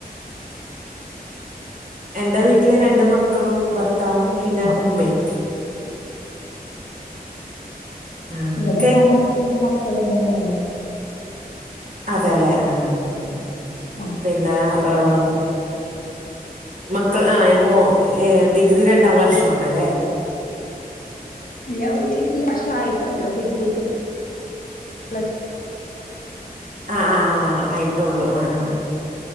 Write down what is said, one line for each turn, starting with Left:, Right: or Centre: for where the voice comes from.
Right: എൻറെ വീട്ടില്
Left: ഏ?
Right: രണ്ട്‌ മക്കളും ഭർത്താവും പിന്നെ
Left: ആ,
Right: ഉമ്മേം ആഹ്
Left: ഇവിടെ
Right: കേക്ക്
Left: ഞാനാ ണ്ട് മക്കളും തന്നെ ള്ളൂ
Right: അതെല്ലെ ആഹ്
Left: ആഹ്
Right: പിന്നെ ങ് മക്കള് ആഹ് മോ ഏ ഡിഗ്രി രണ്ടാം വർഷംണല്ലേ
Left: ഇല്ല ഈ വർഷ ആയിട്ടൊള്ളൂ ഡിഗ്രിക്ക് പ്ലസ്
Right: ആഹ് ആഹ് ആയിട്ടോുള്ളൂ ആഹ്